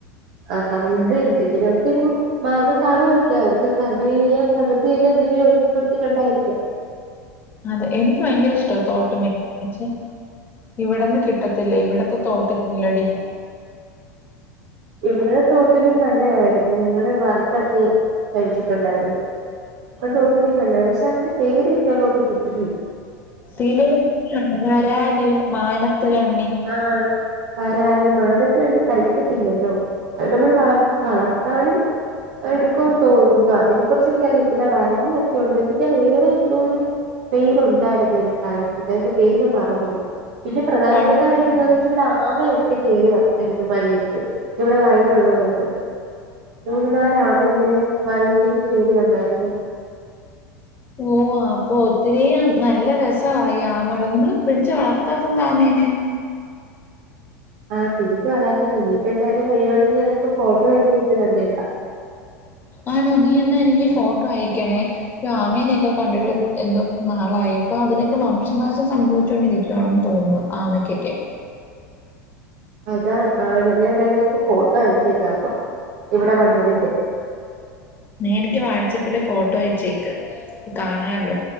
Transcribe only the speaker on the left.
അതെ
അതെ എനിക്ക ഭയങ്കര ഇഷ്ട്ടാ തോട്ട് മീൻ എന്ന് വെച്ചാ ഇവിടെന്ന് കിട്ട ല്ല ഇവിടത്തെ തോട്ട് ല്ലെടീ
പിലോ ഹാ വാരാല് <unintelligible>
പള്ളത്തി
ഓ അപ്പൊ ഒത്തിരിം നല്ല രസാ ഈ ആമള് നിങ്ങൾ പിടിച്ച് വളർത്താത്തെന്താ ആമേനെ
ആണോ നീ എന്നാ എനിക്ക് ഫോട്ടോ അയക്കണേ യ്യോ ആമേനെക്കെ കണ്ടിട്ട്
എന്തോരം നാളായി ഇപ്പൊ അതിനൊക്കെ വംശനാശം സംഭവിച്ചോണ്ടിരിക്കുവാണെന്ന് തോന്നുന്നു ആമയ്ക്കേക്കെ
നീ എനിക്ക് വാട്സപ്പില് ഫോട്ടോ അയച്ചേക്ക് കാണാല്ലോ